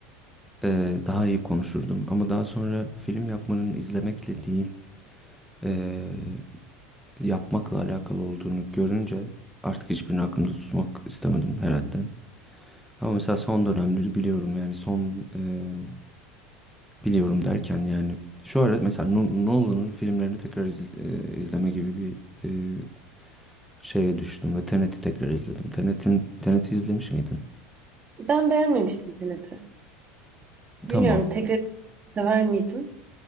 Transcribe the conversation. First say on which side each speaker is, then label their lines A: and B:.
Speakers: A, in the centre; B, on the right.
A: eee, daha iyi konuşurdum. Ama daha sonra film yapmanın izlemekle değil, eee, yapmakla alakalı olduğunu görünce artık hiçbirini aklımda tutmak istemedim herhalde. Ama mesela son dönemleri biliyorum yani son eee, Biliyorum derken yani şu ara mesela No- Nolan'ın filmlerini tekrar izle- e, izleme gibi bir e, şeye düştüm ve Tenet'i tekrar izledim. Tenet'in Tenet'i izlemiş miydin?
B: Ben beğenmemiştim Tenet'i. Bilmiyorum
A: Tamam.
B: tekrar sever miydim?